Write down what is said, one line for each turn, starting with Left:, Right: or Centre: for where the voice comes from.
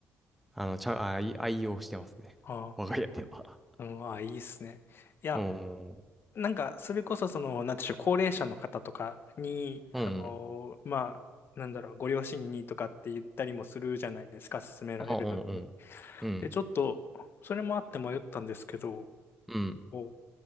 Centre: あの、ちゃ、愛、愛用してますね。
Left: あ
Centre: 我が家では。
Left: あ、うん、あ、いいっすね。いや、
Centre: うん、
Left: なんか、それこそ、その、なんていうんでしょう、高齢者の方とかに、
Centre: うん、
Left: あのーまあ、なんだろう、ご両親にとかって言ったりもするじゃないですか、勧められるときに。
Centre: あ、うん、うん、うん、
Left: で、ちょっと、それもあって迷ったんですけど、
Centre: うん、
Left: こ